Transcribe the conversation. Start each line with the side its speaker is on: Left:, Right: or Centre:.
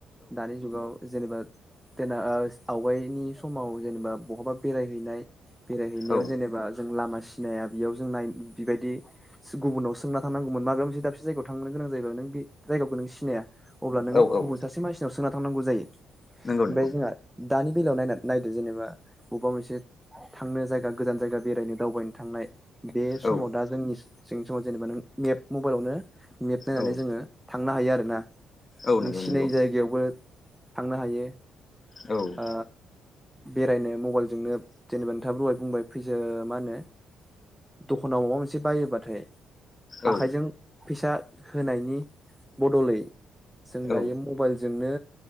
Centre: दानि जुगाव जेनेबा जेनना ओ आवगायनि समाव जेनेबा बहाबा बेरायहैनाय बेरायहैनायाव
Left: औ
Centre: जेनेबा जों लामा सिनाया बेयाव जों नाय बेबायदि गुबुनाव सोंना थांनांगौमोन माबा मोनसे दाबसे जायगायाव थांनो गोनां जायोबा नों बे जायगाखौ नों सिनाया अब्ला नों
Left: औ
Centre: गुबुन
Left: औ
Centre: सासे मानसिनाव सोना थांनांगौ जायो
Left: नंगौ नंगौ
Centre: ओमफाय जोंहा दानि बेलायाव नायना नायदो जेनेबा अबेबा मोनसे थांनो जायगा गोजान जायगा बेरायनो दावबायनो थांनाय बे समाव
Left: औ
Centre: दा जोंनि सिंनि समाव जेनेबा नों मेप मबाइलावनो मेप नायनानै
Left: औ
Centre: जोङो थांनो हायो आरोना
Left: औ
Centre: नों
Left: नंगौ
Centre: सिनायै
Left: नंगौ
Centre: जायगायावबो थांनो हायो
Left: औ
Centre: ओ बेरायनो मबाइलजोंनो जेनेबा नोंथाब रहाय बुंबाय फैजो मा होनो दखानाव माबा मोनसे बायोबाथाय
Left: औ
Centre: आखाइजों फैसा होनायनि बदलै जों
Left: औ
Centre: दायो मबाइलजोंनो